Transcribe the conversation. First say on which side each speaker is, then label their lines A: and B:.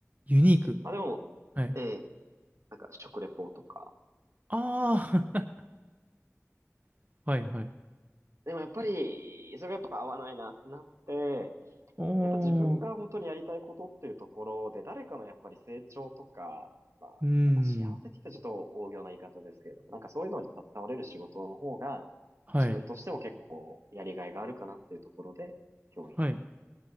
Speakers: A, on the right; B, on the right.
A: ユニーク。
B: まあでも、
A: はい。
B: ええ、なんか食レポとか。
A: ああ、<laughs> はいはい。
B: でもやっぱり、それがやっぱ合わないなってなって、
A: おー。
B: やっぱ自分が本当にやりたいことっていうところで、誰かのやっぱり成長とか、まあ、
A: うーん。
B: まあ、幸せって言ったらちょっと大行な言い方ですけれども、なんかそういうのに携われる仕事の方が、
A: はい。
B: 自分としても結構やりがいがあるかなっていうところで、教員。
A: はい。